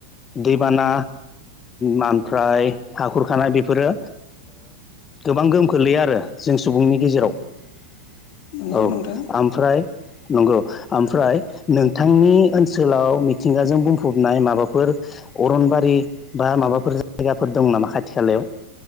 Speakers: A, on the left; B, on the left.
A: दैबाना मफ्राय हाखरखानाय बेफोरो गोबां गोहोम ख्लैया आरो जों सुबुंनि गेजेराव
B: औ नंगौ
A: औ
B: नोंथां
A: ओमफ्राय नंगौ ओमफ्राय नोंथांनि ओनसोलाव मिथिंगाजों बुंफबनाय माबाफोर अरनबारि बा माबाफोर जायगाफोर दं नामा खाथि खालायाव?